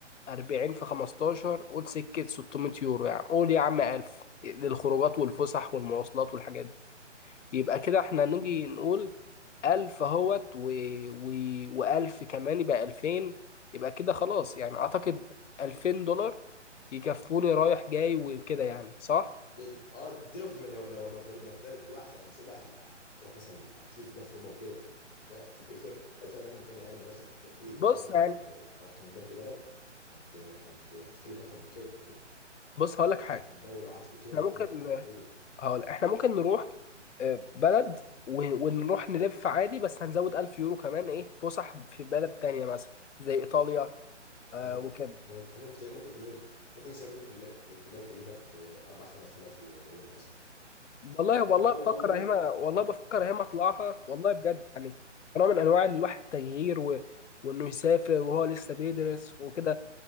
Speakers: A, on the left (about 75°); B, on the left (about 15°).
A: 40 في 15 قول سكة 600 يورو يا عم قول يا عم 1000 للخروجات والفسح والمواصلات والحاجات دي يبقى كده احنا نيجي نقول ألف اهوت و... و... وألف كمان يبقى ألفين يبقى كده خلاص يعني أعتقد ألفين دولار يكفوني رايح جاي وكده يعني صح؟
B: ده اه دي لو في م- لو لو لو في مدينة لو في بلد واحده لما حسابك بقى هتلاقي- هتروح مثلا هتلف بقى في اوروبا وكده لا في في في اماكن تانية اغلى مثلا في في في
A: بص
B: اماكن
A: يعني
B: لو رحت من بلد لبلد هت هت هتكلف اكتر من كده
A: بص هقولك
B: آه،
A: حاجة
B: عن ده ولو قعدت في اوتيل
A: احنا
B: هتكلف
A: ممكن
B: اكتر اقول
A: هقول احنا ممكن نروح آه، بلد و- ونروح نلف عادي بس هنزود ألف يورو كمان ايه فسح في بلد تانية مثلا زي إيطاليا
B: مش-
A: آه، وكده
B: ممكن ممكن تكلف ممكن تلف ممكن السفرية دي كلها كلها تكلفك 4 5000 يورو مثلا
A: والله والله
B: او او
A: بفكر
B: او ممكن
A: اهيمها والله
B: أو
A: بفكر اهيمها اطلعها والله بجد يعني نوع من انواع الواحد التغيير و... وانه يسافر وهو لسه بيدرس وكده